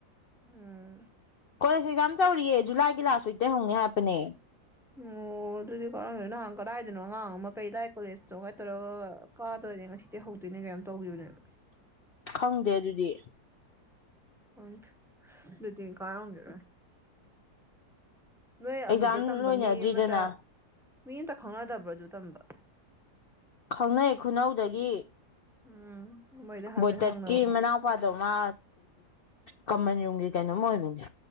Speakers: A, in the centre; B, on the left (about 75°).
A: ꯎꯝ
B: ꯀꯣꯂꯦꯖ ꯑꯦꯛꯖꯥꯝ ꯇꯧꯔꯤꯌꯦ ꯖꯨꯂꯥꯏꯒꯤ ꯂꯥꯁꯁꯨ ꯏꯇꯩ ꯍꯧꯅꯦ ꯍꯥꯏꯞꯄꯅꯦ
A: ꯑꯣ ꯑꯗꯨꯗꯤ ꯀꯔꯝꯗꯅꯣꯍꯥꯡ ꯀꯗꯥꯏꯗꯅꯣ ꯑꯉꯥꯡ ꯑꯃ ꯀꯩꯗ ꯍꯥꯏꯀꯣꯇꯣꯥꯏ ꯇꯧꯔꯒ ꯇꯗꯣꯏꯔꯅꯦ ꯉꯁꯤꯗꯤꯤ ꯍꯧꯗꯣꯏꯅꯦ ꯀꯩꯅꯝ ꯇꯧꯈꯤꯕꯅꯦꯕꯦ
B: ꯈꯪꯗꯦ ꯑꯗꯨꯗꯤ
A: ꯍ ꯑꯗꯨꯗꯤ ꯀꯔꯒꯦ ꯅꯣꯏ
B: ꯑꯦꯛꯖꯥꯝ
A: ꯑꯗꯨꯗ ꯇꯝꯕ
B: ꯂꯣꯏꯅꯗ꯭ꯔꯤꯗꯅ
A: ꯃꯤ ꯑꯃꯇ ꯃꯤ ꯑꯃꯇ ꯈꯪꯅꯗꯕ ꯑꯗꯨ ꯇꯝꯕ
B: ꯊꯧꯅꯩ ꯈꯨꯅꯧꯗꯒꯤ
A: ꯎꯝ ꯃꯣꯏꯗ ꯍꯥꯏꯐꯦꯠ
B: ꯕꯣꯏꯇꯠꯀꯤ
A: ꯍꯪꯅꯕ
B: ꯃꯅꯥꯎꯄꯥꯗꯣꯃ ꯀꯃꯟ ꯌꯨꯝꯒꯤ ꯀꯩꯅꯣ ꯃ ꯑꯣꯏꯕꯅꯦ